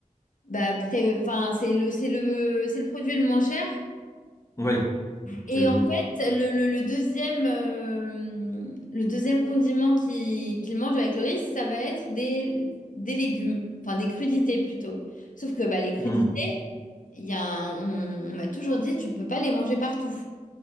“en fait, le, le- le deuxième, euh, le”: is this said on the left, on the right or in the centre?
Left